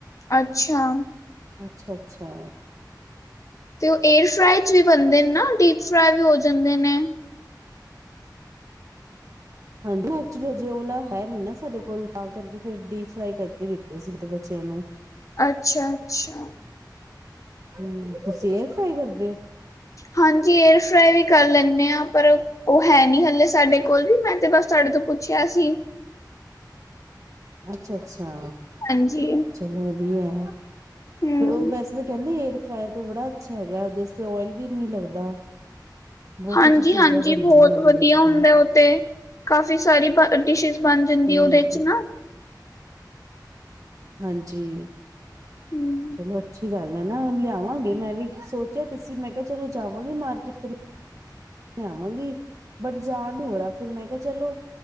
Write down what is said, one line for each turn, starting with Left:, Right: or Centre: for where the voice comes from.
Left: ਅੱਛਾ।
Right: ਅੱਛਾ-ਅੱਛਾ।
Left: ਤੇ ਉਹ ਏਰ ਫਰਾਈ ਚ ਵੀ ਬਣਦੇ ਨੇ ਨਾ ਡੀਪ ਫਰਾਈ ਵੀ ਹੋ ਜਾਂਦੇ ਨੇ?
Right: ਹਾਂਜੀ, ਮ ਐਕਚੁਲੀ ਹਜੇ ਉਹ ਵਾਲਾ ਹੈ ਨੀ ਨਾ ਸਾਡੇ ਕੋਲ ਤਾਂ ਕਰਕੇ ਫਿਰ ਡੀਪ ਫਰਾਈ ਕਰਕੇ ਦਿੱਤੇ ਤੇ ਅਸੀਂ ਤੇ ਬੱਚਿਆਂ ਨੂੰ
Left: ਅੱਛਾ-ਅੱਛਾ।
Right: ਹਮ, ਤੁਸੀਂ ਏਰਫਰਾਈ ਕਰਦੇ ਹੋ?
Left: ਹਾਂਜੀ, ਏਅਰ ਫਰਾਈ ਵੀ ਕਰ ਲੈਂਨੇ ਹਾਂ, ਪਰ ਉਹ ਹੈ ਨੀ ਹਲੇ ਸਾਡੇ ਕੋਲ ਵੀ ਮੈਂ ਤੇ ਬਸ ਤੁਹਾਡੇ ਤੋਂ ਪੁੱਛਿਆ ਸੀ।
Right: ਅੱਛਾ-ਅੱਛਾ।
Left: ਹਾਂਜੀ।
Right: ਚਲੋ ਵਧੀਆ ਏ,
Left: ਹੂੰ
Right: ਫਿਰ ਉਹ ਵੈਸੇ ਤਾਂ ਕਹਿੰਦੇ ਏਅਰ ਤੇ ਬੜਾ ਅੱਛਾ ਹੈਗਾ ਉਹਦੇ ਤੇ ਓਇਲ ਵੀ ਨੀ ਲੱਗਦਾ। ਬਹੁਤ
Left: ਹਾਂਜੀ-ਹਾਂਜੀ,
Right: ਅੱਛੀ ਚੀਜ਼ਾਂ ਬਣਦੀਆਂ
Left: ਬਹੁਤ
Right: ਨੇ ਉਹਦੇ
Left: ਵਧੀਆ
Right: ਵਿੱਚ
Left: ਹੁੰਦਾ
Right: ਤਾਂ
Left: ਉਹ ਤੇ ਕਾਫੀ ਸਾਰੀ ਬ ਡਿਸ਼ਿਸ ਬਣ ਜਾਂਦੀ
Right: ਹੂੰ
Left: ਉਹਦੇ ਚ ਨਾ।
Right: ਹਾਂਜੀ
Left: ਹੂੰ,
Right: ਚਲੋ ਅੱਛੀ ਗੱਲ ਹੈ ਨਾ ਲਿਆਵਾਂਗੇ ਮੈਂ ਵੀ ਸੋਚਿਆ ਸੀਂ, ਮੈਂ ਕਿਹਾ ਚਲੋ ਜਾਵਾਂਗੇ ਮਾਰਕੀਟ ਤੇ ਲਿਆਵਾਂਗੀ ਬਟ ਜਾ ਨਹੀਂ ਹੋ ਰਿਹਾ ਫਿਰ ਮੈਂ ਕਿਹਾ ਚਲੋ